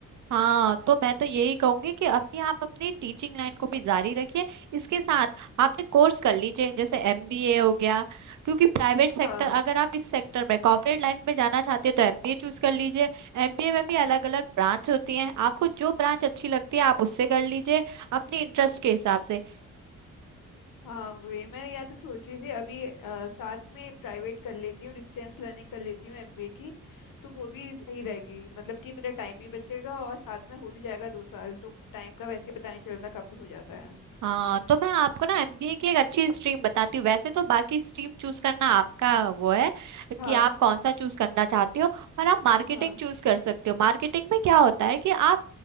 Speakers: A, on the right; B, on the left.
A: हाँ तो मैं तो यही कहूंगी कि अभी आप अपनी टीचिंग लाइन को भी जारी रखिए इसके साथ आप एक कोर्स कर लीजिए जैसे एमबीए हो गया क्योंकि प्राइवेट सेक्टर
B: हाँ
A: अगर आप इस सेक्टर में कॉर्पोरेट लाइफ में जाना चाहते हैं तो एमबीए चूज कर लीजिए एमबीए में भी अलग अलग ब्रांच होती हैं आपको जो ब्रांच अच्छी लगती है आप उससे कर लीजिए अपने इंटरेस्ट के हिसाब से
B: हाँ वही मैं या तो सोच रही थी अभी अ, साथ में प्राइवेट कर लेती हूँ डिस्टेंस लर्निंग कर लेती हूँ एमबीए की तो वो भी सही रहेगी मतलब कि मेरा टाइम भी बचेगा और साथ में हो भी जाएगा दो साल तो टाइम का वैसे ही पता नहीं चलता कब हो जाता है
A: हाँ तो मैं आपको ना एमबीए की एक अच्छी स्ट्रीम बताती हूँ वैसे तो बाकी स्ट्रीम चूज करना आपका वो है
B: हाँ
A: कि आप कौन सा चूज करना चाहते हो पर आप मार्केटिंग
B: हाँ
A: चूज कर सकते हो मार्केटिंग में क्या होता है कि आप